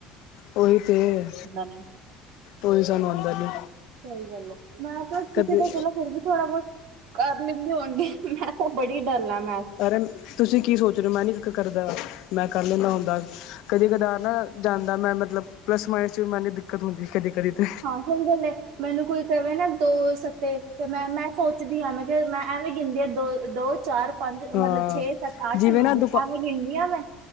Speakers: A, on the left; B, on the right.
A: ਓਈ ਤੇ,
B: ਨੀ
A: ਓਈ ਸਾਨੂੰ ਆਂਦਾ ਨੀ।
B: ਸਈ ਗੱਲ ਏ, ਮੈਂ ਤੁਸੀਂ
A: ਕਦੇ
B: ਤਾ ਚਲੋ ਫੇਰ ਵੀ ਥੋੜਾ ਬੋਤ ਕਾੱਰ ਲਿਂਦੀ ਹੋਨਗੇ, ਮੈਂ ਤਾਂ ਬੜੀ ਡੱਲ ਮੈਂਥ
A: ਅਰੇ ਤੁਸੀ ਕੀ ਸੋਚ ਰੇਓ ਮੈਂ ਨੀ ਕਰਦਾ, ਮੈਂ ਕਰ ਲੈਂਨਾ ਹੁੰਦਾ। ਕਦੀ ਕਦਾਰ ਨਾ ਜਾਂਦਾ ਮੈਂ ਮੱਤਲਬ ਪਲੱਸ ਮਾਇਨਸ ਚ ਵੀ ਮੈਨ ਦਿੱਕਤ ਹੁੰਦੀ ਕਦੇ, ਕਦੇ ਤੇ
B: ਓਈ ਗੱਲ ਏ, ਮੈਨੂੰ ਕੋਈ ਕਵੇ ਨਾ ਦੋ ਸੱਤੇ ਤੇ ਮੈਂ, ਮੈਂ ਸੋਚਦੀ ਆਂ, ਮੈਂ ਫੇਰ ਮੈਂ ਐਵੇਂ ਗਿਨਦੀ ਆਂ। ਦੋ, ਦੋ ਚਾਰ ਪਾੰਜ
A: ਹਾਂ
B: ਮੱਤਲਬ ਛੇ, ਸਾੱਤ, ਆੱਠ,
A: ਜਿਵੇਂ
B: ਨੋ,
A: ਨਾ
B: ਦੇ
A: ਦੁਕਾ
B: ਐਵੇਂ ਗਿਨਦੀ ਆਂ, ਮੈਂ